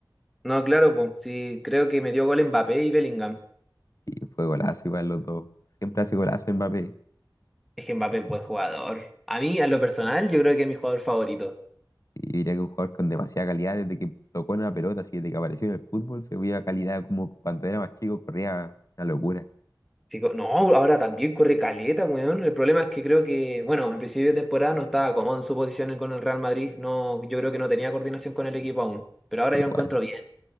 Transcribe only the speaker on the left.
Y fue golazo igual los dos. Siempre hace golazo Mbappé.
Y yo diría que un jugador con demasiada calidad desde que tocó una pelota, así desde que apareció en el fútbol, se veía calidad como cuando era más chico, corría una locura.
Igual.